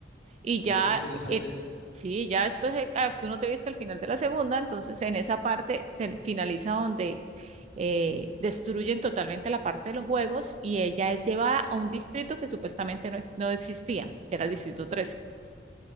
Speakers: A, on the right; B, on the left.
A: Y ya,
B: Ve qué interesante.
A: eh, sí, ya después de, ah, tú no te viste el final de la segunda, entonces en esa parte te- finaliza donde eh, destruyen totalmente la parte de los juegos y ella es llevada a un distrito que supuestamente no, ex- no existía, que era el distrito trece